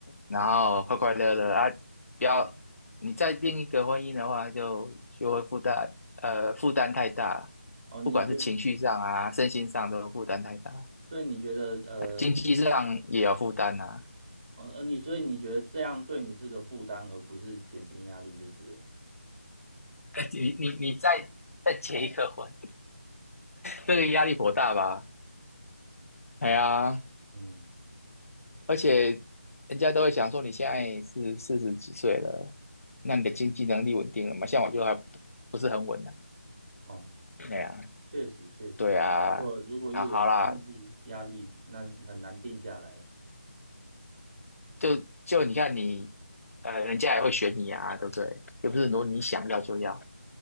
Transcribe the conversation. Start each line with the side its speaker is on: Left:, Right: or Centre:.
Left: 然后快快乐乐啊，
Right: 你
Left: 不要你再另一个婚姻的话就，就会负担呃负担太大，
Right: 哦，你觉得，
Left: 不管是情绪上啊、身心上都负担太大，
Right: 所以你觉得，呃，
Left: 经济上也有负担啊。
Right: 呃呃，你所以你觉得这样对你是个负担，而不是减轻压力，就是了
Left: <laughs> 你你你再再结一个婚，这个压力颇大吧？哎呀，
Right: 嗯，
Left: 而且人家都会想说，你现在是四十几岁了，那你的经济能力稳定了吗？像我就还不不是很稳啊。
Right: 哦，
Left: 哎呀，
Right: 确实确实，
Left: 对啊，
Right: 如果如果又有经济压力，
Left: 啊好啦，
Right: 那很难定下来，
Left: 就就你看你，呃，人家也会选你啊，对不对？又不是说你想要就要，